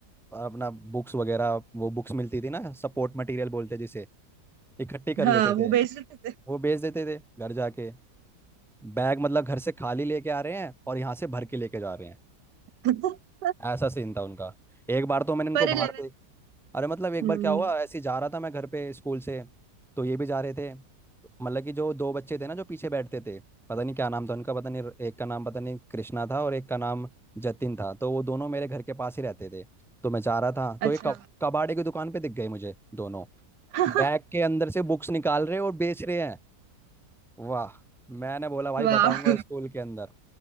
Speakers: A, in the centre; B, on the right (about 70°).
A: और अपना बुक्स वगैरह वो बुक्स मिलती थी ना सपोर्ट मटेरियल बोलते जिसे इकट्ठी कर
B: हाँ
A: लेते
B: वो
A: थे
B: बेच देते थे
A: वो बेच देते थे घर जाके बैग मतलब घर से खाली लेके आ रहे हैं और यहाँ से भर के लेके जा रहे हैं
B: <laughs>
A: ऐसा सीन था उनका एक बार तो मैंने इनको
B: पर
A: बाहर
B: इलेवन
A: देख अरे मतलब एक
B: हम्म
A: बार क्या हुआ ऐसे ही जा रहा था मैं घर पे स्कूल से तो ये भी जा रहे थे तो मतलब कि जो दो बच्चे थे ना जो पीछे बैठते थे पता नहीं क्या नाम था उनका पता नहीं एक का नाम पता नहीं कृष्णा था और एक का नाम जतिन था तो वो दोनों मेरे घर के पास ही रहते थे तो मैं जा रहा था
B: अच्छा
A: तो एक कब, कबाड़े की दुकान पे दिख गए मुझे दोनों
B: <laughs>
A: बैग के अंदर से बुक्स निकाल रहे और बेच रहे हैं वाह मैंने बोला भाई
B: वाह
A: बताऊंगा स्कूल के अंदर